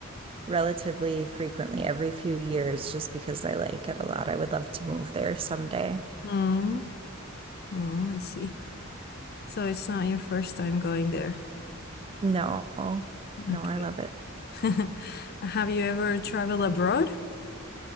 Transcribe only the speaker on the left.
Mm, oh, I see. So it's not your first time going there.
Okay.
<laughs> Have you ever traveled abroad?